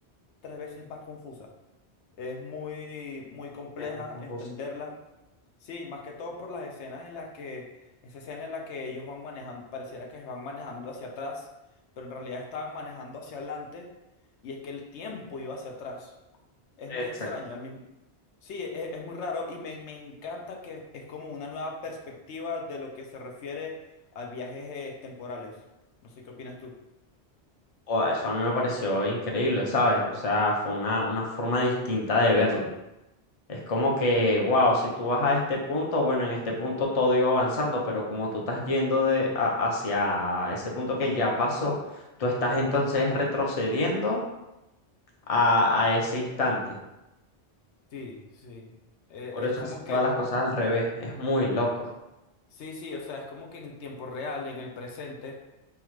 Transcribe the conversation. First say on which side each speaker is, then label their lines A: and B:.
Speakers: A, on the left; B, on the left.
A: tres veces más confusa. Es muy, muy compleja
B: Es muy confuso.
A: entenderla. Sí, más que todo por las escenas en las que, esa escena en la que ellos van manejando, pareciera que van manejando hacia atrás, pero en realidad estaban manejando hacia adelante y es que el tiempo iba hacia atrás. Es
B: Exacto.
A: muy extraño, al mismo... Sí, e- es, muy raro y me, me encanta que es como una nueva perspectiva de lo que se refiere a viajes eh, temporales. No sé qué opinas tú.
B: O- Eso a mí me pareció increíble, ¿sabes? O sea, fue una, una forma distinta de verlo. Es como
A: Mm,
B: que, wow, si tú vas a este punto, bueno, en este punto todo iba avanzando, pero como tú estás yendo de, a- hacia ese punto que ya pasó, tú estás entonces retrocediendo a, a ese instante.
A: Sí, sí. Eh,
B: Por eso
A: es como
B: haces todas
A: que,
B: las cosas al revés. Es muy loco.
A: sí, sí, o sea, es como que en tiempo real, en el presente,